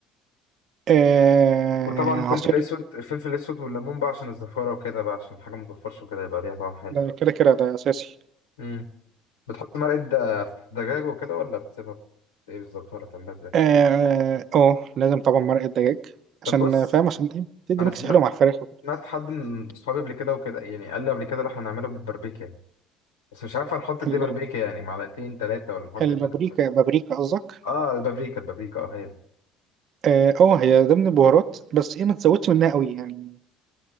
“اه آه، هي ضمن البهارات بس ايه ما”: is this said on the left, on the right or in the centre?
Right